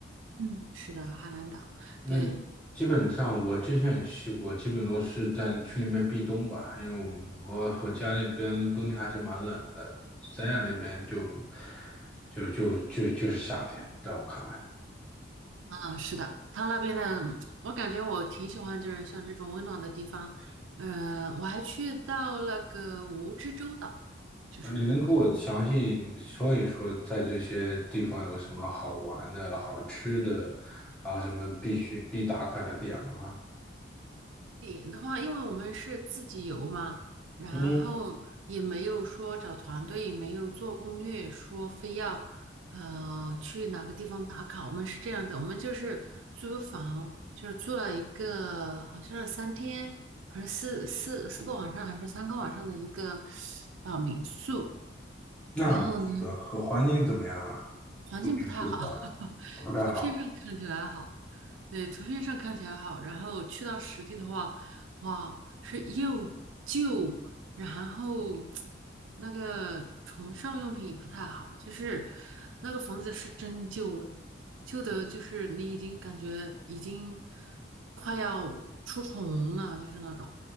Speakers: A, on the right; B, in the centre.
A: 嗯，是的，海南岛，
B: 那
A: 对，
B: 基本上我之前也去过，基本都是在去那边避冬吧，因为我我我家那边冬天还是蛮冷的，三亚那边就就就就就是夏天，在我看来。
A: 啊，是的，它那边的，我感觉我挺喜欢，就是像这种温暖的地方。嗯、我还去到那个蜈支洲岛，就是他们。
B: 啊，你能给我详细说一说，在这些地方有什么好玩的、好吃的，然后什么必须必打卡的点吗？
A: 点的话，因为我们是自己游嘛，然后嗯也没有说找团队，
B: 嗯，
A: 也没有做攻略，说非要呃去哪个地方打卡。我们是这样子，我们就是租房，就是租了一个好像是三天还是四四四个晚上，还是三个晚上的一个呃民宿。
B: 那很不错的，
A: 然后呢，
B: 和环境怎么样啊？
A: 环境不太好，
B: 住民宿的话，
A: <laughs>
B: 啊不太好。
A: 图片上看起来好，对，图片上看起来好，然后去到实地的话，哇，是又旧，然后那个床上用品也不太好，就是那个房子是真旧了，旧的就是你已经感觉已经快要出虫了，就是那种。